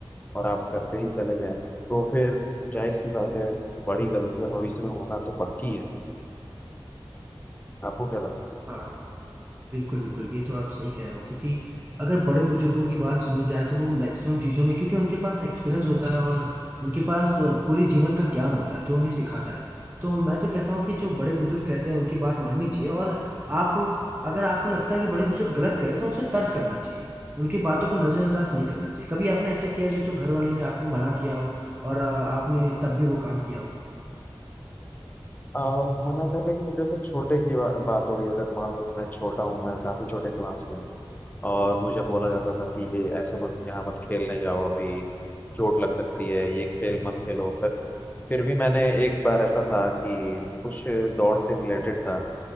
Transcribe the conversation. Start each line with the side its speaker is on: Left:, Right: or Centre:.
Left: और आप करते ही चले जाएं तो फिर जाहिर सी बात है बड़ी गलतियां भविष्य में होना तो पक्की है आपको क्या लगता है
Right: हाँ बिल्कुल बिल्कुल ये तो आप सही कह रहे हो क्योंकि अगर बड़े बुजुर्गों की बात सुनी जाए तो वो मैक्सिमम चीज़ों में क्योंकि उनके पास एक्सपीरियंस होता है और उनके पास अ, पूरे जीवन का ज्ञान होता है जो उन्हें सिखाता है तो मैं तो कहता हूँ कि जो बड़े बुजुर्ग कहते हैं उनकी बात माननी चाहिए और आप अगर आपको लगता है कि बड़े बुजुर्ग गलत कह रहे हैं तो उनसे तर्क करना चाहिए उनकी बातों को नज़रअंदाज नहीं करना चाहिए कभी आपने ऐसा किया जिसको घर वाले ने आपको मना किया हो और अ, आपने तब भी वो काम किया हो
Left: आ, मना करने की तो जैसे छोटे की बा, बात हो गई अगर मान लो मैं छोटा हूँ मैं काफी छोटे क्लास में हूँ और मुझे बोला जाता था कि ये ऐसे मत यहाँ मत खेलने जाओ अभी चोट लग सकती है ये खेल मत खेलो फिर फिर भी मैंने एक बार ऐसा था कि कुछ दौड़ से रिलेटेड था